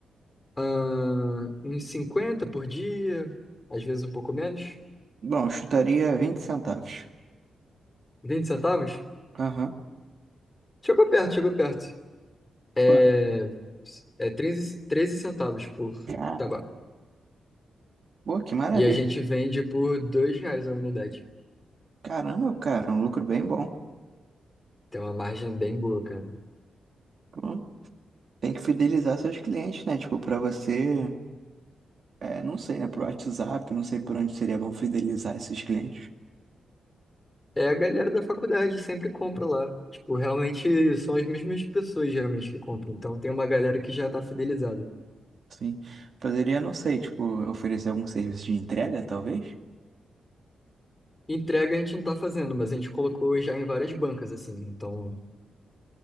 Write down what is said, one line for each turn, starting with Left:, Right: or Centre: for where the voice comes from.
Left: ah, uns 50 por dia, às vezes um pouco menos.
Right: Bom, eu chutaria 20 centavos.
Left: vinte centavos?
Right: Aham.
Left: Chegou perto, chegou perto. É,
Right: Claro.
Left: é 13, 13 centavos por
Right: Cara,
Left: tabaco.
Right: Pô, que maravilha.
Left: E a gente vende por dois reais a unidade.
Right: Caramba, cara, um lucro bem bom.
Left: Tem uma margem bem boa, cara.
Right: Pô, Tem que fidelizar seus clientes, né? Tipo, pra você, é, não sei, né? Pro WhatsApp, não sei por onde seria bom fidelizar esses clientes.
Left: É, a galera da faculdade sempre compra lá. Tipo, realmente são as mesmas pessoas geralmente que compram. Então tem uma galera que já tá fidelizada.
Right: Sim. Poderia, não sei, tipo, oferecer algum serviço de entrega, talvez?
Left: Entrega a gente não tá fazendo, mas a gente colocou já em várias bancas, assim. Então